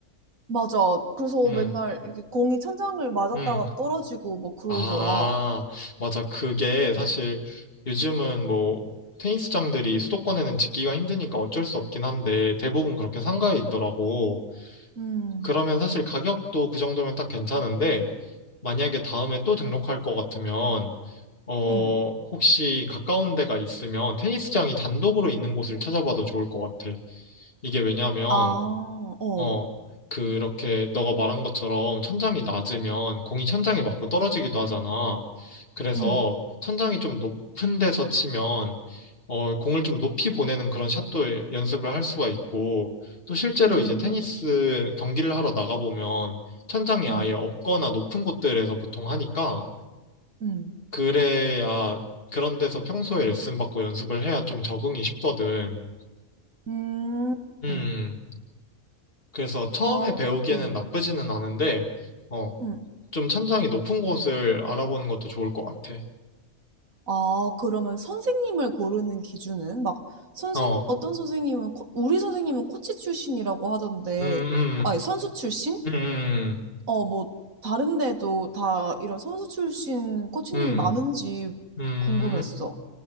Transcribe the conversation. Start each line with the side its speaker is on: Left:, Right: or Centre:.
Right: 맞아. 그래서
Left: 음,
Right: 맨날 이렇게 공이 천장을 맞았다가
Left: 음,
Right: 떨어지고 막 그러더라.
Left: 아, 맞아. 그게 사실 요즘은 뭐, 테니스장들이 수도권에는 짓기가 힘드니까 어쩔 수 없긴 한데 대부분 그렇게 상가에 있더라고.
Right: 음,
Left: 그러면 사실 가격도 그 정도면 딱 괜찮은데 만약에 다음에 또 등록할 것 같으면 어,
Right: 음,
Left: 혹시 가까운 데가 있으면 테니스장이 단독으로 있는 곳을 찾아봐도 좋을 것 같아. 이게 왜냐면,
Right: 아, 어,
Left: 어, 그렇게 너가 말한 것처럼 천장이 낮으면 공이 천장에 맞고 떨어지기도 하잖아. 그래서
Right: 음,
Left: 천장이 좀 높은 데서 치면, 어, 공을 좀 높이 보내는 그런 샷도 연습을 할 수가 있고, 또 실제로
Right: 음,
Left: 이제 테니스 경기를 하러 나가보면 천장이
Right: 음,
Left: 아예 없거나 높은 곳들에서 보통 하니까,
Right: 음,
Left: 그래야 그런 데서 평소에 레슨 받고 연습을 해야 좀 적응이 쉽거든.
Right: 음,
Left: 음, 그래서 처음에
Right: 아,
Left: 배우기에는
Right: 그- 음,
Left: 나쁘지는 않은데, 어,
Right: 음.
Left: 좀 천장이 높은 곳을 알아보는 것도 좋을 것 같아.
Right: 아, 그러면 선생님을 고르는 기준은 막 선생
Left: 어,
Right: 어떤 선생님은 코- 우리 선생님은 코치 출신이라고 하던데,
Left: 음,
Right: 아니 선수 출신?
Left: 음, 음,
Right: 어, 뭐 다른 데도 다 이런 선수 출신 코치님이
Left: 음,
Right: 많은지
Left: 음. 음.
Right: 궁금했어.